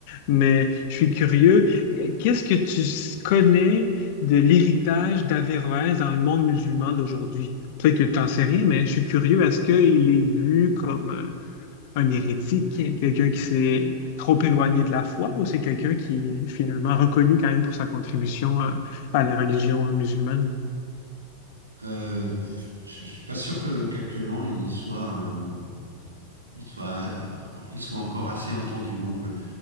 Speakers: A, on the left; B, on the right.
A: Mais je suis curieux, Euh, qu'est-ce que tu s- connais de l'héritage d'Averroès dans le monde musulman d'aujourd'hui? Peut-être que tu n'en sais rien, mais je suis curieux, est-ce qu'il est vu comme euh, un hérétique, quelqu'un qui s'est trop éloigné de la foi, ou c'est quelqu'un qui est finalement reconnu quand même pour sa contribution à à la religion musulmane?
B: Euh, je, je suis pas sûr que qu'actuellement il soit euh, il soit euh, il soit encore assez entendu. Bon, que